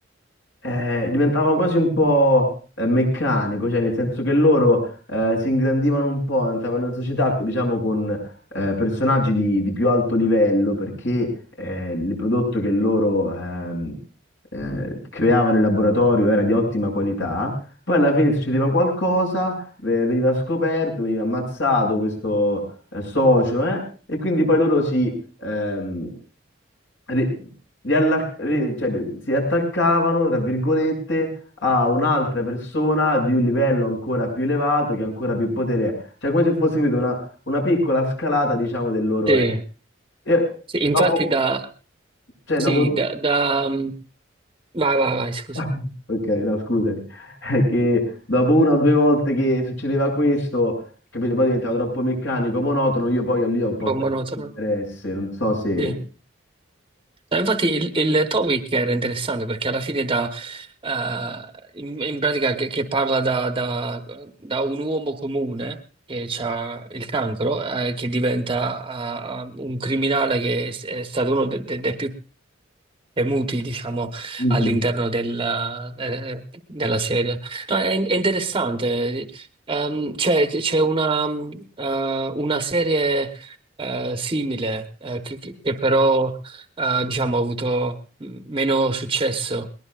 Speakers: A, on the left (about 70°); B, on the right (about 25°).
A: eh, diventava quasi un po' eh, meccanico, cioè nel senso che loro eh, si ingrandivano un po', entravano in società, co- diciamo, con eh, personaggi di, di più alto livello, perché eh, il prodotto che loro ehm, eh, creavano in laboratorio era di ottima qualità. Poi alla fine succedeva qualcosa, ve- veniva scoperto, veniva ammazzato questo eh, socio, eh, e quindi poi loro si, ehm, ri- rialla- ri- cioè, ri- si attaccavano, tra virgolette, a un'altra persona di un livello ancora più elevato, che ha ancora più potere. Cioè, come se fosse, capito, una, una piccola scalata, diciamo, del loro
B: Sì,
A: è. E
B: sì, infatti
A: dopo,
B: da...
A: cioè,
B: Sì,
A: dopo...
B: da, da- Vai, vai, vai, scusa,
A: <laughs>
B: un
A: Ok, no, scusami. È che dopo una o due volte che succedeva questo, capito, poi diventava troppo meccanico, monotono, io poi lì ho un po'
B: po'
A: perso
B: monotono.
A: interesse, non so se...
B: Sì. No, Infatti il, il topic era interessante perché alla fine da, eh, in, in pratica che, che parla da, da- da un uomo comune che ha il cancro, eh, che diventa eh, un criminale che è, è stato uno de- de- dei più muti, diciamo,
A: Mhm.
B: all'interno del, eh, della serie. No, è, è interessante. Ehm, c'è c'è una, mh, eh, una serie eh, simile eh, che, che- che però eh, diciamo, ha avuto mh, meno successo,